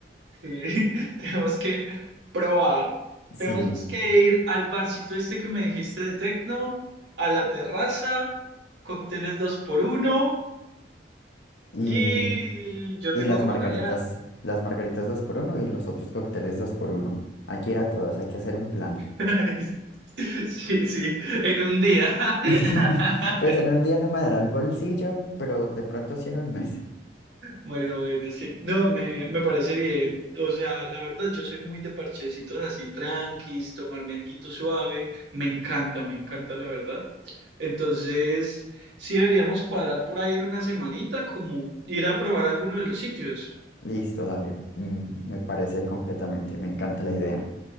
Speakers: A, on the right; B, on the left.
A: Sí, <laughs> tenemos que probar.
B: Sí.
A: Tenemos que ir al barcito este que me dijiste de Tecno, a la terraza, cócteles dos por uno
B: Y,
A: y yo
B: y
A: tengo
B: las
A: como
B: margaritas,
A: tarea.
B: las margaritas dos por uno y los otros cócteles dos por uno. Hay que ir a todos, hay que hacer un plan.
A: <laughs> Sí, sí, en un día. <laughs>
B: <laughs> Pues en un día no me dará el bolsillo, pero de pronto sí en un mes.
A: Bueno, bueno, sí. No, me, me parece bien. O sea, la verdad, yo soy muy de parchecitos así, tranquis, tomarme alguito suave. Me encanta, me encanta, la verdad. Entonces, sí deberíamos cuadrar por ahí en una semanita, como ir a probar alguno de los sitios.
B: Listo, dale. Mm, Me parece completamente. Me encanta la idea.